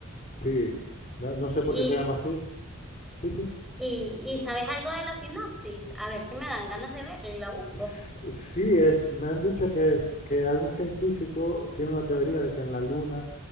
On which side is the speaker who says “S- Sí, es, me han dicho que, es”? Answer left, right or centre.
Left